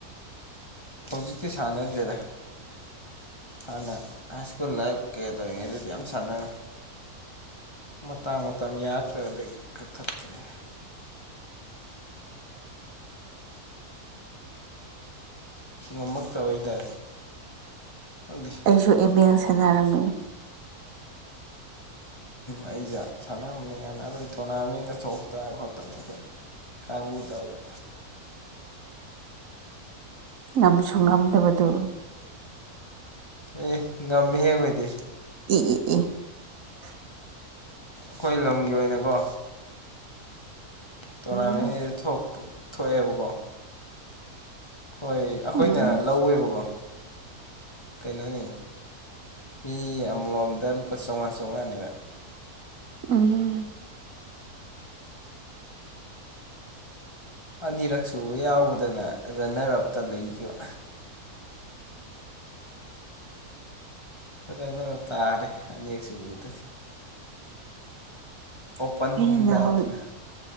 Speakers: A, on the left; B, on the right.
A: ꯍꯧꯖꯤꯛꯇꯤ ꯁꯥꯟꯅꯗ꯭ꯔꯦꯗ ꯍꯥꯟꯅ ꯍꯥꯏ ꯁ꯭ꯀꯨꯜ ꯂꯥꯏꯞ ꯀꯌꯥ ꯇꯧꯔꯤꯉꯩꯗꯗꯤ ꯌꯥꯝ ꯁꯥꯟꯅꯔꯝꯃꯤ ꯃꯇꯥꯡ ꯃꯇꯝ ꯌꯥꯔꯛꯇꯕꯗꯒꯤ ꯀꯛꯊꯠꯈ꯭ꯔꯦ ꯉꯝꯃꯛꯇꯕ ꯍꯥꯏꯇꯥꯔꯦ ꯈꯪꯗꯦ
B: ꯑꯩꯁꯨ ꯏꯃꯦꯜ ꯁꯦꯟꯅꯔꯝꯃꯤ
A: ꯑꯩꯁꯦ ꯁꯥꯟꯅꯔꯝꯕꯅꯤ ꯀꯅ ꯑꯗꯨ ꯇꯣꯔꯅꯥꯃꯦꯟꯒ ꯊꯣꯛꯇꯅ ꯈꯣꯠꯇꯅ ꯑꯩꯈꯣꯏ ꯇꯪꯉꯨ ꯇꯧꯔꯒ
B: ꯉꯝꯁꯨ ꯉꯝꯗꯕꯗꯨ
A: ꯑꯦ ꯉꯝꯃꯦꯍꯦ ꯑꯩ ꯈꯣꯏꯗꯤ
B: <inaudible>
A: ꯑꯩꯈꯣꯏ ꯂꯝꯒꯤ ꯑꯣꯏꯅꯀꯣ
B: ꯎꯝ
A: ꯇꯣꯔꯅꯥꯃꯦꯟꯁꯤ ꯊꯣꯛꯑꯦꯕꯀꯣ ꯍꯣꯏ ꯑꯩꯈꯣꯏꯅ
B: ꯎꯝ
A: ꯂꯧꯋꯦꯕꯀꯣ ꯀꯩꯅꯣꯅꯦ ꯃꯤ ꯑꯃꯃꯝꯗ ꯂꯨꯄꯥ ꯆꯥꯝꯃꯉꯥ ꯆꯥꯝꯃꯉꯥꯅꯦꯕ
B: ꯎꯝ
A: ꯑꯅꯤꯔꯛ ꯁꯨꯕ ꯌꯥꯎꯕꯗꯅ ꯔꯟꯅꯔ ꯑꯞꯇ ꯂꯩꯈꯤꯕ ꯔꯅꯔ ꯇꯥꯔꯦ ꯑꯅꯤꯌꯦꯛꯁꯤ ꯎꯗꯗꯤꯦ ꯑꯣꯄꯟꯗ
B: ꯑꯩꯅ ꯍꯧ
A: ꯑꯗꯨꯅ